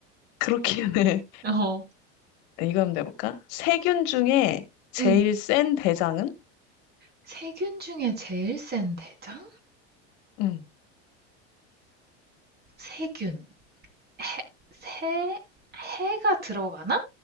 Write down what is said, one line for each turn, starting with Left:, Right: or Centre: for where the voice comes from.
Left: 그렇긴 해.
Right: 어.
Left: <laughs> 이거 한번 내볼까? 세균 중에 제일
Right: 음.
Left: 센 대장은?
Right: 세균 중에 제일 센 대장?
Left: 응,
Right: 세균. 해, 세, 해가 들어가나?